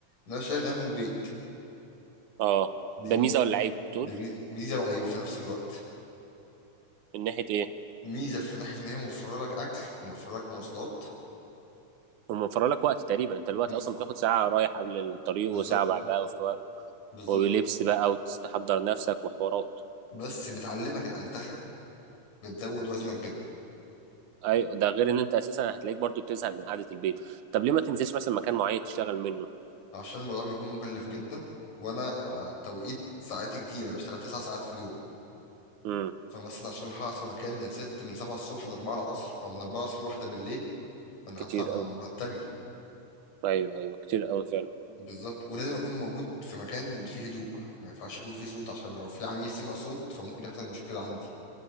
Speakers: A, on the left (about 75°); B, on the right (about 75°).
A: ان انا شغال من البيت
B: اه
A: دي
B: ده
A: موف
B: ميزه ولا عيب تقول
A: دي ميزه ميزة وعيب في نفس الوقت
B: من ناحيه ايه
A: ميزه في ناحيه ان هي موفره لك اكل موفره لك مواصلات
B: هم موفر لك وقت تقريبا انت الوقت
A: موفر
B: اصلا بتاخد ساعه رايح قبل الطريق
A: بالظبط
B: وساعه بعدها وفي وقت
A: بالظبط
B: ولبس بقى وتستحضر نفسك وحوارات
A: بس بتعلمك الانتخه بتزود وزنك جدا
B: ايوه ده غير ان انت اساسا هتلاقيك برضو بتزهق من قعده البيت طب ليه ما تنزلش مثلا مكان معين تشتغل منه
A: عشان الموضوع بيكون مكلف جدا وانا آه، توقيت ساعاتي كتير انا بشتغل تسع ساعات في اليوم
B: امم
A: فمثلا عشان اروح اقعد في مكان من ست من سبعة الصبح لأربعة العصر او من أربعة العصر لواحدة بالليل فانا
B: كتير
A: هدفع مرتبي
B: قوي ايوه ايوه كتير قوي فعلا
A: بالظبط ولازم اكون موجود في مكان فيه هدوء ما ينفعش يكون فيه صوت عشان لو في عميل سمع صوت فممكن يحصل مشكلة عندي